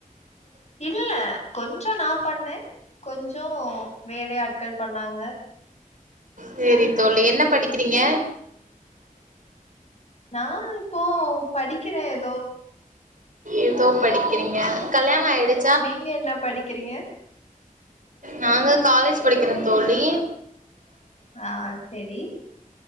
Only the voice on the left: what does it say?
இல்ல கொஞ்ச நா பண்ணே கொஞ்சோ வேலையாட்கள் பண்ணாங்க
நா இப்போ படிக்கிறே எதோ
நீங்க என்ன படிக்கிறீங்க
ஆ செரி